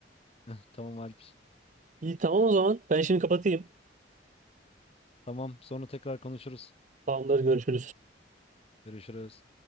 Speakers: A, on the left (about 35°); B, on the right (about 45°).
A: <laughs> Tamam Alp.
B: İyi tamam o zaman. Ben şimdi kapatayım.
A: Tamam sonra tekrar konuşuruz.
B: Tamamdır görüşürüz.
A: Görüşürüz.